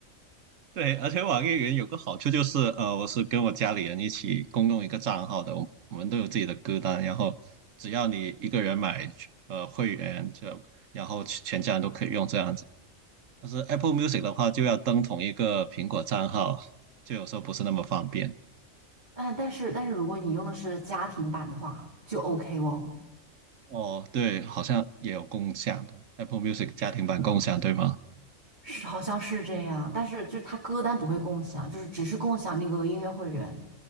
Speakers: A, on the right; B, on the right.
A: 对，而且网易云有个好处就是，呃，我是跟我家里人一起共用一个账号的，我我们都有自己的歌单，然后只要你一个人买呃会员，这然后全全家人都可以用这样子。但是 Apple Music 的话，就要登同一个苹果账号，就有时候不是那么方便。
B: 嗯，但是但是如果你用的是家庭版的话，就 OK 哦。
A: 哦，对，好像也有共享的 Apple Music 家庭版共享，
B: 是的。
A: 对吗？
B: 是好像是这样，但是就是它歌单不会共享，就是只是共享那个音乐会员。